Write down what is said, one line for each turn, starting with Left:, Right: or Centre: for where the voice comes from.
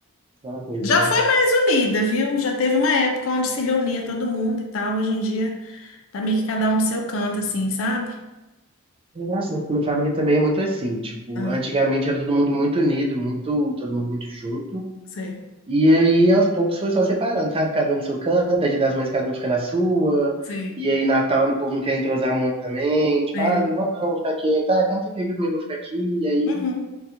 Right: Aquela coisa,
Left: Já
Right: né?
Left: foi mais unida, viu? Já teve uma época onde se reunia todo mundo e tal. Hoje em dia tá meio que cada um pro seu canto, assim, sabe?
Right: Engraçado, porque no Family também é muito assim, tipo,
Left: Ah,
Right: antigamente era todo mundo muito unido, muito, todo mundo muito junto,
Left: sei,
Right: e aí aos poucos foi só separando, sabe? Cada um no seu canto, aí Dia das Mães cada um fica na sua,
Left: sei,
Right: e aí Natal o povo não quer entrosar muito também, tipo,
Left: sei.
Right: ah, não vou não, vou ficar aqui, tá, então fica aí comigo, eu vou ficar aqui, e aí
Left: Uhum.